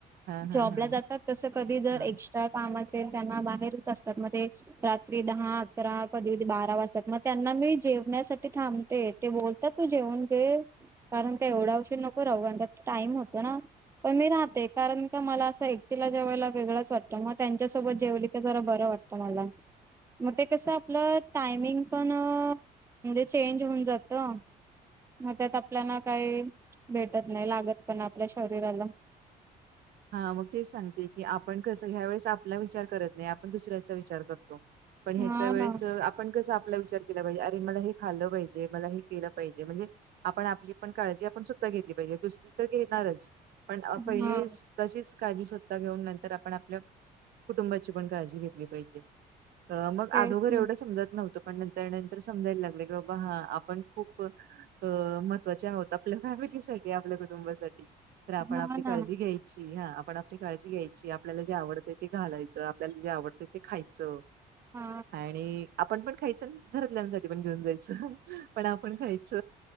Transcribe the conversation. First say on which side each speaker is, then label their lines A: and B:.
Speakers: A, on the right; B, on the right.
A: हा हा
B: जॉबला
A: हा!
B: जातात तसं कधी जर
A: हा
B: एक्स्ट्रा काम असेल त्यांना बाहेरच असतात म ते रात्री दहा अकरा, कधी कधी बारा वाजातात, मग त्यांना मी जेवण्यासाठ ठी थांबते ते बोलतात तू जेवून घे. कारण का एवढा उशीर नको राहू टाईम होतो ना पण मी राहते कारण त मला असं एकटीला जेवायला वेगळंच वाटतं म त्यांच्यासोबत जेवली त जरा बरं वाटतं माला. मग ते कसं आपलं टायमिंग पण म्हणजे चेंज होऊन जातं. मग त्यात आपल्याला काही भेटत नाही, लागत पण आपल्या शरीराला.
A: हा मग तेच सांगते की, आपण कसं ह्या वेळेस आपला विचार करत नाही, आपण दुसऱ्याचा विचार करतो. पण ह्याच्या
B: हा
A: वेळेस,
B: ना
A: आपण कसं आपला विचार, केलं पाहिजे, अरे मला हे खाल्लं पाहिजे, मला हे केलं पाहिजे, म्हणजे... आपण आपली पण काळजी आपण सुधा घेतली पाहिजे. दुसरी तर घेणारच पण
B: हा
A: पहिली, तशीच काळजी स्वतः घेऊन नंतर आपण आपल्या कुटुंबाची पण काळजी घेतली पाहिजे. मग
B: तेच
A: आदोगर एवढं समजत नव्हतं, पण नंतर नंतर समजायला लागले की बाबा हा आपण खूप अ महत्वाचे आहोत आपल्या फॅमिलीसाठी आपल्या कुटुंबासाठी, तर
B: ना
A: आपण आपली
B: हा ना
A: काळजी घ्याय ची हा आपण आपली काळजी घ्यायची, आपल्याला जे आवडत ते घालायचं, आपल्याला जे आवडतं ते खायचं.
B: हा
A: आणि आपण पण खायचं घरातल्यांसाठी पण घेऊन जाय पण आपण खायच